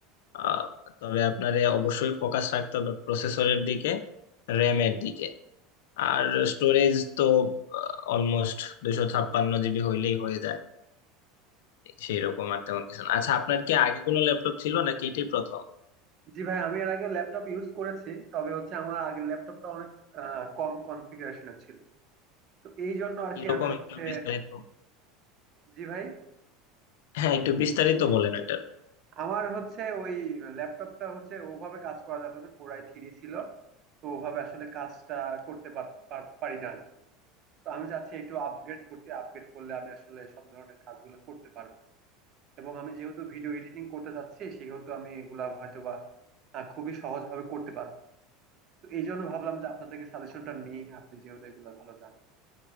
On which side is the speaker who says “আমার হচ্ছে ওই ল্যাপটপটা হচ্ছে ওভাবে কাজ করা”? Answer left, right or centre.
Right